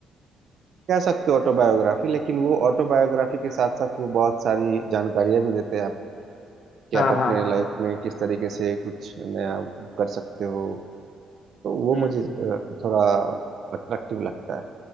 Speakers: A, on the right; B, on the left.
A: कह सकते हो ऑटोबायोग्राफी लेकिन वो ऑटोबायोग्राफी के साथ साथ वो बहुत सारी जानकारियां भी देते हैं आप कि
B: हाँ
A: आप अपने
B: हाँ हाँ
A: लाइफ में किस तरीके से कुछ नया कर सकते हो तो वो
B: हम्म
A: मुझे अ, थोड़ा अट्रैक्टिव लगता है